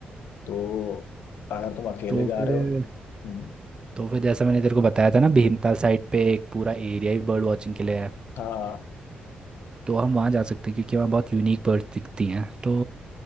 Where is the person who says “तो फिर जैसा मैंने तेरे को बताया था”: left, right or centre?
Right